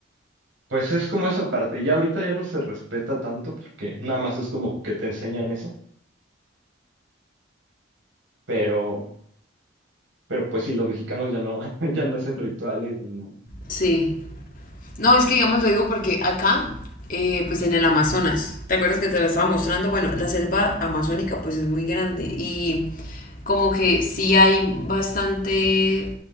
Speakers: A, on the right (about 70°); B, on the left (about 45°).
A: pues es como esa parte. Ya ahorita ya no se respeta tanto porque nada más es como que te enseñan eso, pero, pero pues sí, los mexicanos ya no, <laughs> ya no hacen rituales ni nada.
B: sí. No, es que digamos lo digo porque acá, eh, pues en el Amazonas, ¿te acuerdas que te lo estaba mostrando? Bueno, la selva amazónica
A: Sí,
B: pues es muy grande y como que sí hay bastante